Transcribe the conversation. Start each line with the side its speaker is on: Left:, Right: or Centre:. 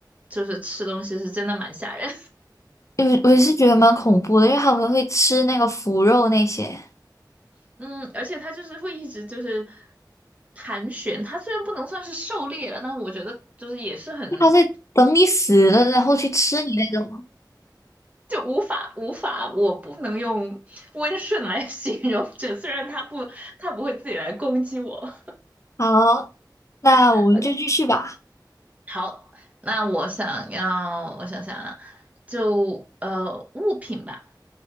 Right: 就是吃东西是真的蛮吓人，
Left: 我我是觉得蛮恐怖的，因为他们会吃那个腐肉那些，
Right: <laughs> 嗯，而且他就是会一直就是盘旋，他虽然不能算是狩猎了，但是我觉得就是也是很
Left: 他在等你死了，然后去吃你那种。
Right: 就无法无法，我不能用温顺来 <laughs> 形容这，虽然他不他不会自己来攻击我。
Left: 好，那我们就继续吧。
Right: OK，好，那我想要，我想想啊，就呃物品吧，